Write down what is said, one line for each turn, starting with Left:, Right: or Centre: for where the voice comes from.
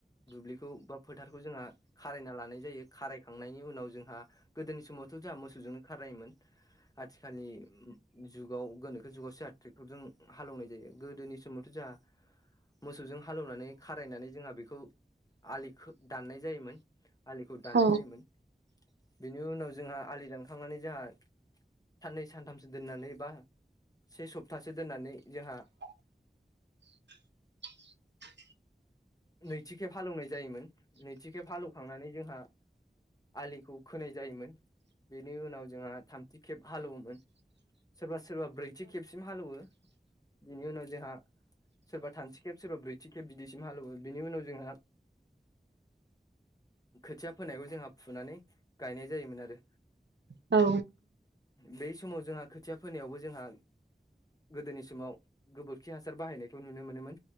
Left: दुब्लिखौ बा फोथारखौ जोंहा खारायना लानाय जायो खारायखांनायनि उनाव जोंहा गोदोनि। समावथ' जाहा मोसौजोंनो खारायोमोन आथिखालनि जुगाव गोनोखो जुगावसो जों हालौनाय जायो गोदोनि समावथ' जोंहा मोसौजों हालेवनानै खारायनानै जोंहा बे खौ आलिखो दाननाय जायोमोन आलिखौ दाननाय
Right: औ
Left: जायोमोन। बेनि उनाव जोंहा आलि दानखांनानै जाहा। साननै सानथामसो दोननानै बा से सप्तासे दोननानै जाहा
Right: <unintelligible>
Left: नैथिखेब हालौवनाय जायोमोन नैथिखेब हालौवखांनानै जोंहा आलिखौ खोनाय जायोमोन बेनि उनाव जोंहा थामथि खेब हालेवोमोन। सोरबा सोरबा ब्रैथि खेबसिम हालेवो। बिनि उनाव जोंहा सोरबा थामथि खेब सोरबा ब्रैथि खेब बिदिसिम हालेवो। बेनि उनाव जोंहा खोथिया फोनायखौ जोंहा फुनानै गायनाय जायोमोन आरो।
Right: औ
Left: बै समाव जोंहा खोथिया फोनायावबो जोंहा गोदोनि समाव गोबोरखि हासार बाहायनायखौ नुनो मोनोमोन